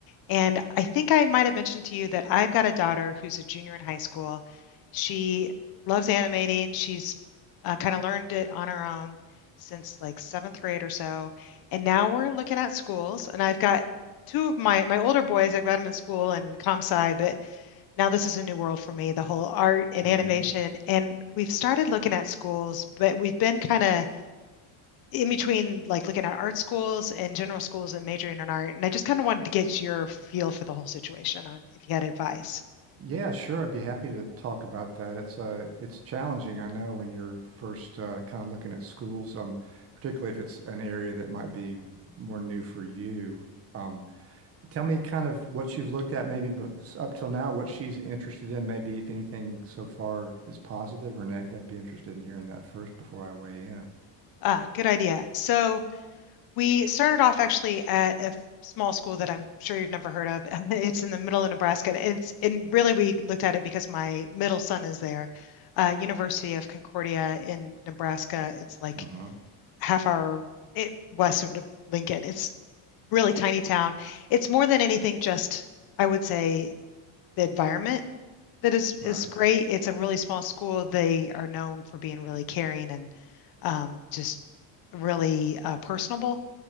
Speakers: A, on the left; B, on the right.
A: and I think I might have mentioned to you that I've got a daughter who's a junior in high school. She loves animating. She's uh, kind of learned it on her own since like seventh grade or so. And now we're looking at schools, and I've got two of my my older boys. I've got them in school and comp sci, but now this is a new world for me, the whole art and
B: hmm
A: animation. And we've started looking at schools, but we've been kind of in between like looking at art schools and general schools and majoring in art. And I just kind of wanted to get your feel for the whole situation on if you had advice.
B: Yeah, sure. I'd be happy to talk about that. It's uh, it's challenging, I know, when you're first uh, kind of looking at schools, um, particularly if it's an area that might be more new for you. Um, tell me kind of what you've looked at, maybe bef- s- up till now, what she's interested in, maybe if anything so far is positive or negative. I'd be interested in hearing that first before I weigh in.
A: Ah, good idea. So we started off actually at a small school that I'm sure you've never heard of. <laughs> It's in the middle of Nebraska. And it's and really we looked at it because my middle son is there. Uh, University of Concordia in Nebraska. It's like
B: hmm
A: half hour it, west of Lincoln. It's really tiny town. It's more than anything just I would say the environment that is
B: Right,
A: is great. It's a really small school. They are known for being really caring and um, just really uh, personable.